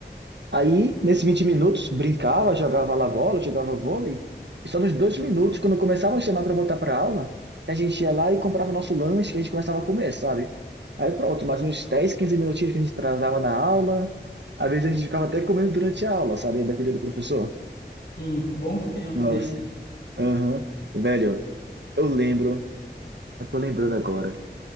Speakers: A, on the right; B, on the left.
A: Aí, nesses 20 minutos, brincava, jogava lá bola, jogava vôlei. E só nos dois minutos, quando começavam a chamar para voltar para aula, que a gente ia lá e comprava o nosso lanche, que a gente começava a comer, sabe? Aí pronto, mais uns 10, 15 minutinhos que a gente atrasava na aula. Às vezes a gente ficava até comendo durante a aula, sabe? Dependendo do professor.
B: Sim, bons tempos,
A: Nossa,
B: né, cara? O
A: aham. Velho, eu lembro, eu tô lembrando agora.